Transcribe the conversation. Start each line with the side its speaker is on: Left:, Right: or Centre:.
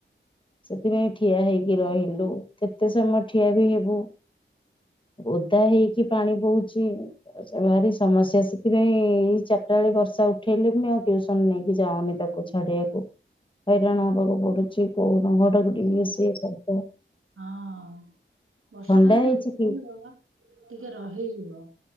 Left: ସେଥିପାଇଁ ଠିଆ ହେଇକି ରହିଲୁ କେତେ ସମୟ ଠିଆ ବି ହେବୁ। ଓଦା ହେଇକି ପାଣି ବୋହୁଚି ଭାରି ସମସ୍ୟା ସେଥିପାଇଁ ଏଇ ଚାରି ଟା ବେଳେ ବର୍ଷା ଉଠେଇଲେ ବି ଆଉ ଟିଉସନ ନେଇକି ଯାଉନି ତାକୁ ଛାଡିବାକୁ। ହଇରାଣ ହବାକୁ ପଡୁଚି କୋଉ ତାକୁ ଟିକେ ଶବଦ ଥଣ୍ଡା
Right: ହଁ ବର୍ଷା ଟା ଯଦି
Left: ହେଇଚି
Right: ଟିକେ ରହିଯିବ